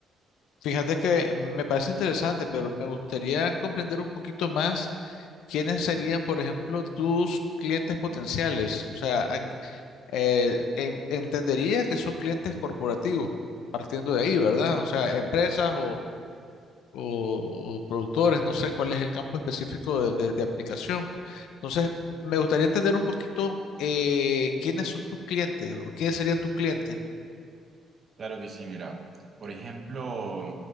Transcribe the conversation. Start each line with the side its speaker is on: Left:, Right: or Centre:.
Left: fíjate que me parece interesante, pero me gustaría comprender un poquito más quiénes serían, por ejemplo, tus clientes potenciales. O sea, a- eh, en- entendería que son clientes corporativos, partiendo de ahí, ¿verdad? O sea, empresas o, o productores, no sé cuál es el campo específico de, de- de aplicación. Entonces, me gustaría entender un poquito eh, quiénes son tus clientes o quiénes serían tus clientes.
Right: Claro que sí, mira. Por ejemplo,